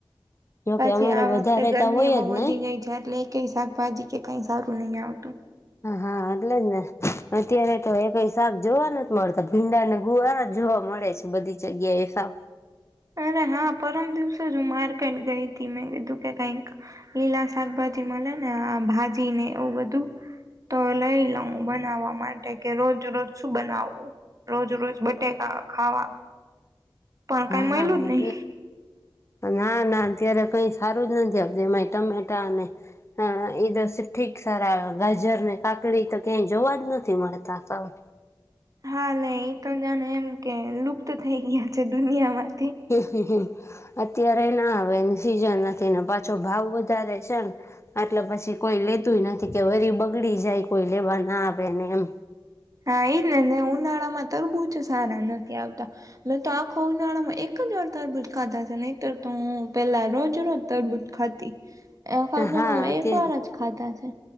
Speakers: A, on the left; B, on the right.
A: જોકે
B: પછી
A: અમારે
B: આ
A: વધારેતા
B: વખતે ગરમી
A: હોય
B: એ બહુ
A: જ
B: વધી
A: નહી
B: ગઈ છે એટલે એ ક શાકભાજી કે કઈ સારું નહી આવતું.
A: હા હા એટલે જ ને, અત્યારે તો એ કઈ શાક જોવા ન મળતા ભીંડાને ગુવારા જોવા મળે છે બધી જગ્યા એ શાક
B: અરે હા પરમ દિવસે જ હું માર્કેટ ગઈ હતી મેં કીધું કે કઈક, લીલા શાકભાજી મળે ને આ ભાજી ને એવું બધું, તો લઈ લઉ બનાવવા માટે કે રોજ રોજ શું બનાવવું, રોજ રોજ બટેકા ખાવા. પણ
A: હા
B: કઈ મળ્યું
A: હા.
B: જ નહી.
A: ના ના અત્યારે કઈ સારું જ નથી આપત એમાંય ટમેટા ને, એ તો સીઠીક સારા ગાજર ને કાકડી તો ક્યાંય જોવા જ નથી મળતા સાર.
B: હા લ એક જાને એમ કે લુપ્ત થઈ ગયા છે દુનિયામાં.
A: <unintelligible> અત્યારે ના આવેને સીઝન નથી ને પાછો ભાવ વધારે છે ને, એટલે પછી કોઈ લેતુંય નથી કે વરી બગડી જાય કોઈ લેવા ના આવે ને એમ.
B: હા એઈ ને ને ઉનાળામાં તરબૂજ સારા નથી આવતા, હ તો આખો ઉનાળામાં એક જ વાર તરબૂજ ખાતા છે નહીતર તો હું પેલા રોજ રોજ તરબૂજ ખાતી. ખંંદળમાં
A: હા
B: એક
A: તે
B: વાર જ ખાતા છે.